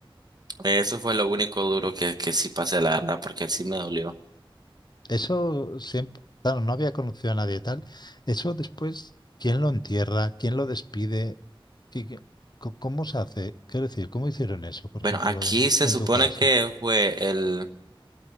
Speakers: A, on the right; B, on the left.
A: Eso fue lo único duro que, que sí pasé, la verdad, porque sí me dolió.
B: Eso siempre, claro, no había conocido a nadie tal. Eso después, ¿quién lo entierra? ¿Quién lo despide? ¿Qué- qué- co- cómo se hace? Quiero decir, ¿cómo hicieron eso, por
A: Bueno,
B: ejemplo,
A: aquí
B: en,
A: se
B: en
A: supone
B: tu caso?
A: que fue el